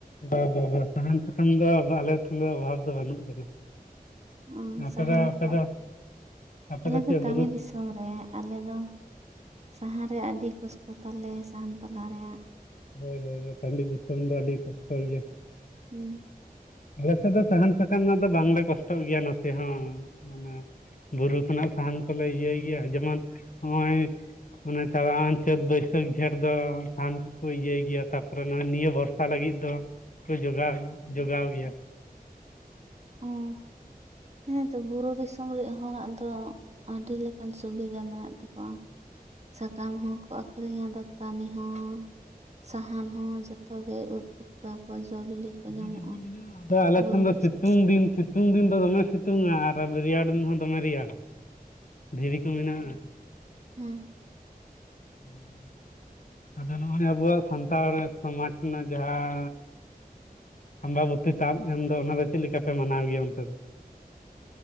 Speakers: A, on the left; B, on the right.
A: ᱵᱟ ᱵᱟ ᱵᱟ ᱥᱟᱦᱟᱱ ᱥᱟᱠᱟᱢ ᱫᱚ ᱟᱞᱮ ᱴᱷᱮᱱ ᱫᱚ ᱚᱵᱷᱟᱵ ᱫᱚ ᱵᱟᱹᱱᱩᱜ ᱟᱠᱟᱫᱟ
B: ᱚ
A: ᱟᱯᱮ
B: ᱥᱟᱦᱟᱱᱟᱯᱮ
A: ᱫᱚ ᱟᱯᱮ ᱫᱚ ᱟᱯᱮ
B: ᱟᱞᱮ ᱫᱚ
A: ᱪᱮᱫ
B: ᱴᱟᱺᱰᱤ
A: ᱵᱩᱨᱩ
B: ᱫᱤᱥᱚᱢ ᱨᱮ ᱟᱞᱮ ᱫᱚ ᱥᱟᱦᱟᱱ ᱨᱮᱭᱟ ᱟᱹᱰᱤ ᱠᱚᱥᱴᱚ ᱛᱟᱞᱮ ᱥᱟᱦᱟᱱ ᱯᱟᱞᱦᱟ ᱨᱮᱭᱟᱜ
A: ᱦᱳᱭ ᱦᱳᱭ ᱴᱟᱺᱰᱤ ᱫᱤᱥᱚᱢ ᱫᱚ ᱟᱹᱰᱤ ᱠᱚᱥᱴᱚ ᱜᱤᱭᱟ
B: ᱦᱩᱸ
A: ᱟᱞᱮ ᱥᱮᱫ ᱫᱚ ᱥᱟᱦᱟᱱ ᱥᱟᱠᱟᱢ ᱨᱮᱱᱟᱜ ᱫᱚ ᱵᱟᱝᱞᱮ ᱠᱚᱥᱴᱚᱜ ᱜᱤᱭᱟ ᱱᱚᱛᱮ ᱦᱚᱸ ᱢᱟᱱᱮ ᱵᱩᱨᱩ ᱠᱷᱚᱱᱟᱜ ᱥᱟᱦᱟᱱ ᱠᱚᱞᱮ ᱤᱭᱟᱹᱭ ᱜᱤᱭᱟ ᱡᱮᱢᱚᱱ ᱱᱚᱜᱼᱚᱭ ᱢᱟᱱᱮ ᱪᱟᱞᱟᱣᱮᱱ ᱪᱟᱹᱛ ᱵᱟᱹᱭᱥᱟᱹᱠᱷ ᱡᱷᱮᱸᱴ ᱫᱚ ᱥᱟᱦᱟᱱ ᱠᱚᱠᱚ ᱤᱭᱟᱹᱭ ᱜᱤᱭᱟ ᱛᱟᱯᱚᱨᱮ ᱱᱚᱣᱟ ᱱᱤᱭᱟᱹ ᱵᱚᱨ ᱥᱟ ᱞᱟᱹᱜᱤᱫ ᱫᱚᱠᱚ ᱡᱚᱜᱟᱣ ᱡᱚᱜᱟᱣ ᱜᱤᱭᱟ
B: ᱦᱩᱸ ᱦᱮᱸ ᱛᱚ ᱵᱩᱨᱩ ᱫᱤᱥᱚᱢ ᱨᱮᱭᱟᱜ ᱦᱚᱲᱟᱜ ᱫᱚ ᱟᱹᱰᱤ ᱞᱮᱠᱟᱱ ᱥᱩᱵᱤᱫᱷᱟ ᱢᱮᱱᱟᱜ ᱛᱟᱠᱚᱣᱟ ᱥᱟᱠᱟᱢ ᱦᱚᱸᱠᱚ ᱟᱠᱷᱨᱤᱧᱟ ᱫᱟᱹᱛᱟᱹᱱᱤ ᱦᱚᱸ ᱥᱟᱦᱟᱱ ᱦᱚᱸ ᱡᱚᱛᱚ ᱜᱮ ᱩᱫ ᱯᱩᱴᱠᱟᱹ ᱠᱚ ᱡᱚ ᱵᱤᱞᱤ ᱠᱚ
A: ᱵᱤᱨ
B: ᱧᱟᱢᱚᱜᱼᱟ
A: ᱡᱟᱦᱟ ᱢᱮᱱᱟᱜᱼᱟ ᱟᱫᱚ ᱟᱞᱮ
B: ᱵᱩᱨᱩ
A: ᱥᱮᱱ ᱫᱚ
B: ᱫᱤᱥᱚᱢ
A: ᱥᱤᱛᱩᱝ ᱫᱤᱱ ᱥᱤᱛᱩᱝ ᱫᱤᱱ ᱫᱚ ᱫᱚᱢᱮ ᱥᱤᱛᱩᱝᱼᱟ ᱟᱨ ᱨᱮᱭᱟᱲ ᱫᱤᱱ ᱦᱚᱸ ᱫᱚᱢᱮ ᱨᱮᱭᱟᱲᱟ ᱫᱷᱤᱨᱤ ᱠᱚ ᱢᱮᱱᱟᱜᱼᱟ
B: ᱦᱩᱸ
A: ᱦᱩᱸ ᱟᱫᱚ ᱱᱚᱜᱼᱚᱭ ᱟᱵᱚᱣᱟᱜ ᱥᱟᱱᱛᱟᱲ ᱥᱚᱢᱟᱡᱽ ᱨᱮᱱᱟᱜ ᱡᱟᱦᱟᱸ ᱟᱢᱵᱟᱵᱚᱛᱤ ᱛᱟᱯ ᱮᱱᱫᱚ ᱚᱱᱟ ᱫᱚ ᱪᱮᱫ ᱞᱮᱠᱟᱯᱮ ᱢᱟᱱᱟᱣ ᱜᱤᱭᱟ ᱚᱱᱛᱮ ᱫᱚ